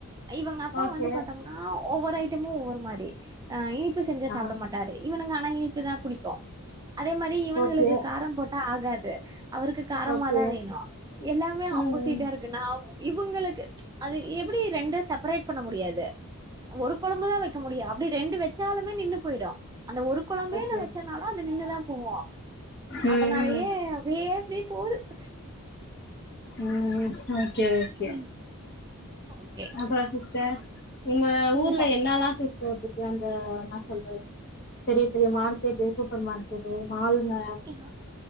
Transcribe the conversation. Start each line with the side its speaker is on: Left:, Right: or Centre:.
Right: இவங்க அப்பா
Left: ஓகே
Right: வந்து பாத்த ஆ ஒவ்வொரு ஐட்டமு ஒவ்வொரு மாரி ஆ இனிப்பு செஞ்சா
Left: ஆ
Right: சாப்ட மாட் டாரு இவனுங்க ஆனா இனிக்கு தா புடிக்கு அதே மாரி இவனுகளுக்கு
Left: ஓகே
Right: காரம் போட்டா ஆகாது அவருக்கு காரமாதா
Left: ஓகே
Right: வேணு
Left: ம்
Right: எல்லாமே
Left: ம்
Right: ஆப்போசிட்டா இருக் குனா இவுங்களுக்கு அது எப்படி ரெண்டு செப்பரேட் பண்ண முடியாது ஒரு கொழம்புதா வைக்க முடியு அப்டி ரெண்டு வச்சாலுமே நின்னு போயிடு அந்த ஒரு கொழம்பே
Left: ஓகே
Right: நா வச்சனாலு அது நின்னுதா போவு
Left: ம்
Right: அதனாலயே அப்டே அப்டியே போது <inaudible>
Left: ம் ஓகே ஓகே
Right: ம் ஓகே
Left: அப்புறோ சிஸ்டர் உங்க
Right: நீங்க
Left: ஊர்ல என்னல்லா கேட்டுட்டு அந்த என்னா சொல்றது பெரிய பெரிய மார்க்கெட்டு சூப்பர் மார்க்கெட்டு மாலுங்க
Right: எனா